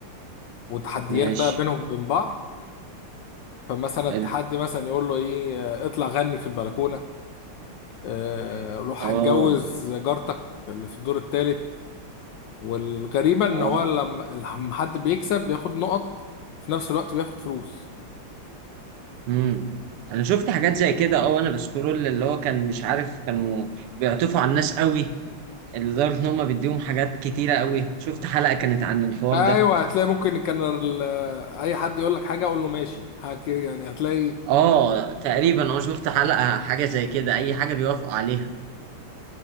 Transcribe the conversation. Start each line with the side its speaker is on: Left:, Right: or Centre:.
Left: وتحديات
Right: ماشي
Left: بقى بينهم بين بعض فمثلا
Right: حلو
Left: التحدي مثلا يقول له ايه آه، اطلع غني في البلكونة آه روح
Right: اه
Left: هتجوز جارتك اللي في الدور الثالث والغريبة ان
Right: اه
Left: هو لما لما حد بيكسب بياخد نقط في نفس الوقت بياخد فلوس
Right: امم انا شفت حاجات زي كده اه وانا بسكرول اللي هو كان مش عارف كانوا بيعطفوا على الناس قوي اللي لدرجه ان هم بيديهم حاجات كتيره قوي شفت حلقه كانت عن الحوار
Left: ايوه
Right: ده
Left: هتلاقي ممكن كان ال- اي حد يقول لك حاجة اقول له ماشي هك- يعني هتلاقي
Right: اه تقريبا اه شفت حلقه حاجه زي كده اي حاجه بيوافقوا عليها